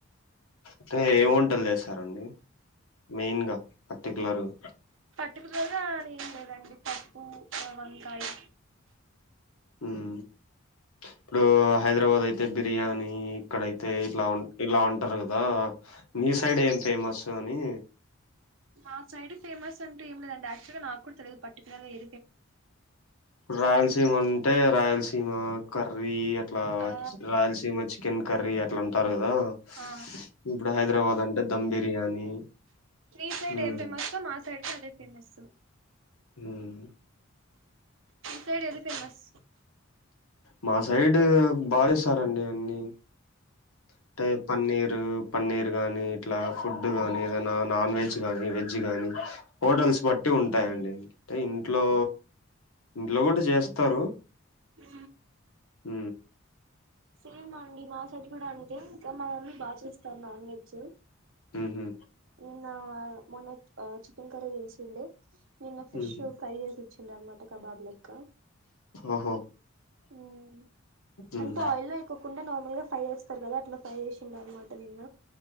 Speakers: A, on the left; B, on the right.
A: అంటే ఏం వంటలు చేస్తారండి మెయిన్గా పర్టికులర్గా
B: పట్టిక్యులర్ గా అని ఏం లేదండి పప్పు వంకాయ్
A: ఉమ్ ఇప్పుడు ఆ హైదరాబాద్ అయితే బిర్యానీ ఇక్కడైతే ఇట్లా ఇలా ఉంటాది కదా మీ సైడ్ ఏం ఫేమస్ అని
B: మా సైడ్ ఫేమస్ అంటే ఏం లేదండి యాక్చువల్గా నా కూడా తెలీదు పర్టికులర్గా ఏ
A: రాయలసీమ అంటే రాయలసీమ కర్రీ అట్లా
B: ఆ
A: రాయలసీమ చికెన్ కర్రీ అట్లా ఉంటాది కదా కదా
B: ఆ
A: ఇప్పుడు హైదరాబాద్ అంటే ధమ్ బిర్యానీ
B: మీ సైడ్
A: ఉమ్
B: ఏం ఫేమస్ ఓ మా సైడ్ కూడా అదే ఫేమస్
A: ఉం
B: మీ సైడ్ ఏది ఫేమస్
A: మా సైడ్ బాగా చేస్తారండి అన్ని అంటే పన్నీరు పన్నీర్ గాని ఇట్లా ఫుడ్ గాని ఏదనా నాన్ వెజ్ గానీ వెజ్ గాని హోటల్స్ బట్టి ఉంటాయండి అంటే ఇంట్లో ఇంట్లో కూడా చేస్తారు
B: అ
A: హ
B: సేమ్ అండి మా సైడ్ కూడా అంతే ఇంకా మనన్నీ బాగా చేస్తారు నాన్ వెజ్
A: ఉహు
B: నిన్న మొన్న ఆ చికెన్ కర్రీ చేసి ఉండే నిన్న ఫిష్
A: ఉహు
B: ఫ్రై చేసి ఇచ్చిందనమాట కబాబ్ లెక్క
A: ఓహో
B: ఉమ్
A: ఉమ్
B: ఆయిల్లో ఎయ్యకోకుండా నార్మల్ గా ఫ్రై చేస్తారు కదా అట్లా ఫ్రై చేసిందనమాట నిన్న